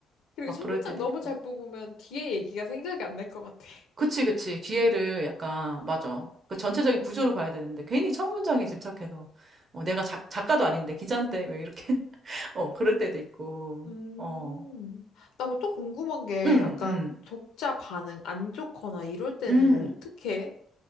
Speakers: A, on the left (about 80°); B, on the right (about 45°).
A: 그리고
B: 막
A: 첫
B: 그럴
A: 문장
B: 때도
A: 너무
B: 있고.
A: 잘 뽑으면 뒤에 얘기가 생각이 안 날 것 같아.
B: 그치, 그치. 뒤에를 약간, 맞아. 그 전체적인 구조를 봐야 되는데, 괜히 첫 문장에 집착해서, 어, 내가 작, 작가도 아닌데, 기자인데, 왜 이렇게, <laughs> 어, 그럴 때도 있고,
A: 음.
B: 어,
A: 나또 그거 또 궁금한 게
B: 음,
A: 약간
B: 음,
A: 독자 반응 안 좋거나 이럴 때는
B: 음.
A: 어떻게?